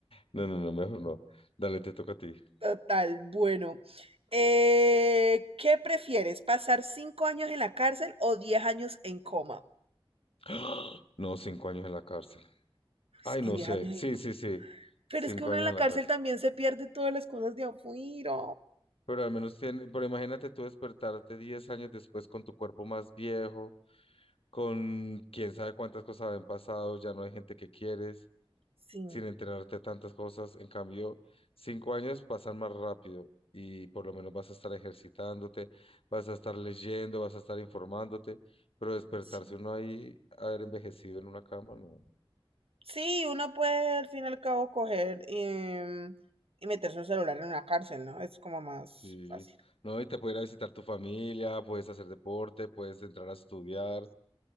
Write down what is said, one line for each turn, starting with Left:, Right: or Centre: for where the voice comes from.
Left: No, no, no, mejor no. Dale, te toca a ti.
Right: Total, bueno. Eh, ¿qué prefieres? ¿Pasar cinco años en la cárcel o diez años en coma?
Left: <gasps> No, cinco años en la cárcel.
Right: Es
Left: Ay,
Right: que
Left: no
Right: diez
Left: sé.
Right: años
Left: Sí,
Right: en coma.
Left: sí, sí.
Right: Pero
Left: Cinco
Right: es que uno
Left: años
Right: en la
Left: en la
Right: cárcel
Left: cárcel.
Right: también se pierde todas las cosas de afuera.
Left: Pero al menos tiene, pero imagínate tú despertarte diez años después con tu cuerpo más viejo, con quién sabe cuántas cosas habían pasado, ya no hay gente que quieres,
Right: Sí,
Left: sin enterarte de tantas cosas. En cambio, cinco años pasan más rápido y por lo menos vas a estar ejercitándote, vas a estar leyendo, vas a estar informándote, pero despertarse
Right: sí.
Left: uno ahí, haber envejecido en una cama, no.
Right: Sí, uno puede al fin y al cabo coger eh, y meterse un celular en una cárcel, ¿no? Es como más
Left: Sí,
Right: fácil.
Left: no, y te puede ir a visitar tu familia, puedes hacer deporte, puedes entrar a estudiar,